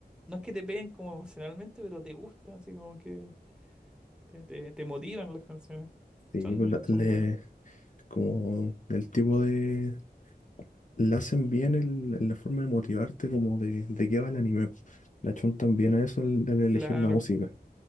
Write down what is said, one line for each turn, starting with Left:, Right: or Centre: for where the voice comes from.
Centre: no es que te peguen como emocionalmente, pero te gusta así como que te, te, te motivan las canciones.
Left: Sí,
Centre: Son,
Left: pues la-
Centre: son
Left: le,
Centre: buenas.
Left: como el tipo de, la hacen bien el- en la forma de motivarte, como de, de qué va el anime. La chuntan bien a eso al, al elegir
Centre: Claro.
Left: la música.